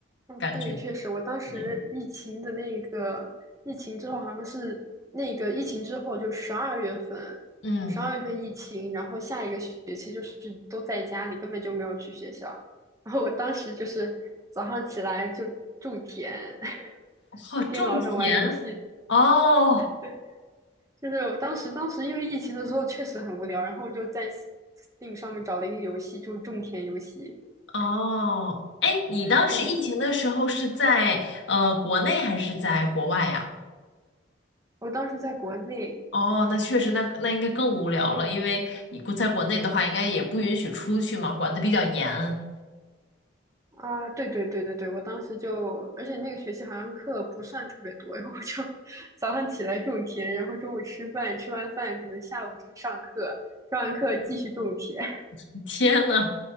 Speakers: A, on the right; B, on the left.
A: 哦，
B: 感觉，
A: 对，确实，我当时疫情的那个疫情之后，
B: 对，
A: 好像是那个疫情之后，就十二月份，
B: 嗯，
A: 十二月份疫情，然后下一个学期就是都在家里，根本就没有去学校。然后我当时就是早上起来就种田，<laughs>
B: 哦，
A: 在电脑上玩游戏。
B: 种田，哦。
A: 对，就是我当时当时因为疫情的时候确实很无聊，然后我就在 Steam 上面找了一个游戏，就是种田游戏。
B: 哦，哎，你当时疫情的时候是在呃国内还是在国外呀？
A: 我我当时在国内，
B: 哦，那确实那，那应该更无聊了，因为你国在国内的话，应该也不允许出去嘛，管得比较严。
A: 啊，对对对对对，我当时就，而且那个学期好像课不算特别多，<laughs> 然后我就 <laughs> 早上起来种田，然后中午吃饭，吃完饭可能下午就是上课，上完课继续种田。
B: <laughs> 天呐，